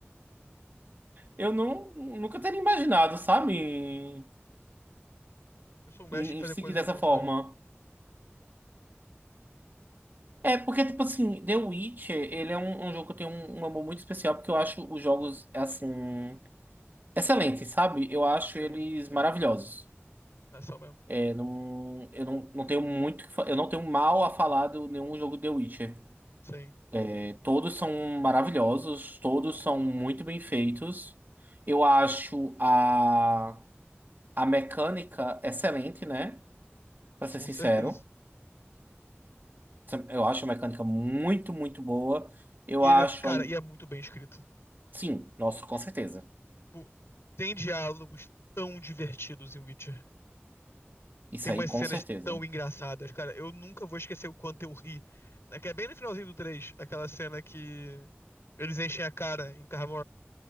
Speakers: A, on the right; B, on the left.
A: Eu não, nunca teria imaginado, sabe? Em,
B: Eu sou um mestre
A: em
B: em fazer
A: seguir
B: coisas
A: dessa
B: ao contrário.
A: forma. É, porque, tipo assim, The Witcher, ele é um, um jogo que eu tenho um, um amor muito especial, porque eu acho os jogos, assim, excelentes, sabe? Eu acho
B: Sim,
A: eles maravilhosos.
B: é só mesmo.
A: É, não, eu não, não tenho muito, que fa- eu não tenho mal a falar de nenhum jogo The Witcher.
B: Sim,
A: É, todos são maravilhosos, todos são muito bem feitos. Eu acho a, a mecânica excelente, né? Pra
B: com
A: ser sincero.
B: certeza.
A: Eu acho a mecânica muito, muito boa. Eu
B: E
A: acho
B: ele, é- cara,
A: aí,
B: e é muito bem escrito.
A: sim, nossa, com certeza.
B: Tipo, Tem diálogos tão divertidos em Witcher.
A: Isso
B: Tem
A: aí,
B: umas
A: com
B: cenas
A: certeza.
B: tão engraçadas, cara. Eu nunca vou esquecer o quanto eu ri. É que é bem no finalzinho do 3 aquela cena que eles enchem a cara em Kaer